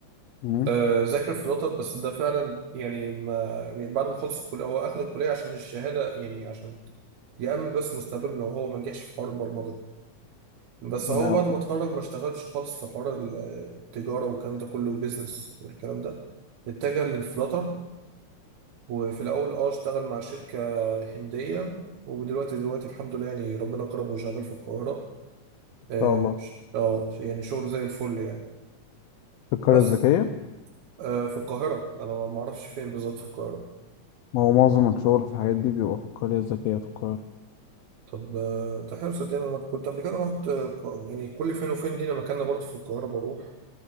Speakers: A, on the left; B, on the right.
A: مم.
B: آه، ذاكر في لوتر بس ده فعلا يعني ما يعني بعد ما خلص الكليه هو اخد الكليه عشان الشهاده يعني عشان يأمن بس مستقبله لو هو ما نجحش في حوار البرمجه بس
A: ما
B: هو بعد
A: إن
B: ما اتخرج ما اشتغلش خالص في حوار التجاره والكلام ده كله وبيزنس والكلام ده اتجه للفلاتر وفي الأول اه اشتغل مع شركة هندية ودلوقتي دلوقتي الحمد لله يعني ربنا كرمه وشغال في القاهرة اه
A: شاء الله
B: ش- آه، يعني شغل زي الفل يعني
A: في القرية
B: بس
A: الذكية
B: اه في القاهرة أنا ما ما أعرفش فين بالظبط في القاهرة
A: ما هو معظم الشغل في الحاجات دي بيبقى في القرية الذكية في القاهرة
B: طب آه، ده حلو صدقني أنا كنت قبل كده رحت آه، ق- يعني كل فين وفين لينا مكاننا برضه في القاهرة بروح